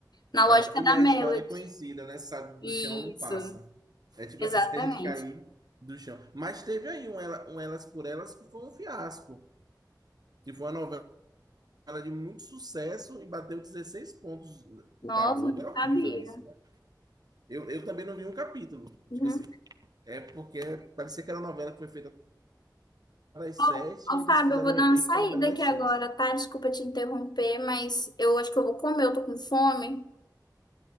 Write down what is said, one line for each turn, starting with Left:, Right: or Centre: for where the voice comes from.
Left: Na
Right: É,
Left: lógica
Right: e
Left: da
Right: a
Left: Melody.
Right: história é conhecida, né? Sabe,
Left: Isso,
Right: do chão não passa. É tipo
Left: exatamente.
Right: assim, <laughs> se a gente cair do chão. Mas teve aí um, Ela- um Elas por Elas que foi um fiasco, que foi uma novela ela de muito sucesso e bateu 16 pontos
Left: Nossa,
Right: da Globo.
Left: não
Right: É horrível
Left: sabia.
Right: isso, né? Eu, eu também não vi um capítulo.
Left: Uhum.
Right: Tipo assim, é porque parecia que era uma novela que foi feita das
Left: Ó,
Right: sete
Left: ó,
Right: e eles
Left: Fábio,
Right: fizeram
Left: eu vou
Right: o remake
Left: dar uma saída
Right: para a novela das
Left: aqui agora,
Right: seis.
Left: tá? Desculpa te interromper, mas eu acho que eu vou comer, eu tô com fome.